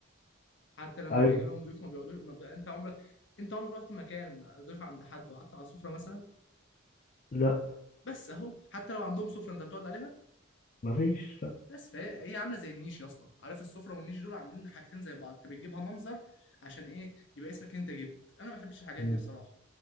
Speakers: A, on the left; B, on the left.
A: حتى لما
B: ايوه
A: بيجي لهم ضيوف ما بيقعدوش ما بقى انت عمرك انت عمرك رحت مكان ضيف عند حد وقعدت على سفره مثلا
B: لا
A: بس اهو حتى لو عندهم سفره انت بتقعد عليها
B: مفيش لا
A: بس فهي هي عامله زي النيش يا اسطى عارف السفره والنيش دول عاملين حاجتين زي بعض انت بتجيبها منظر عشان ايه يبقى اسمك انت جبت انا ما بحبش الحاجات
B: مم.
A: دي بصراحه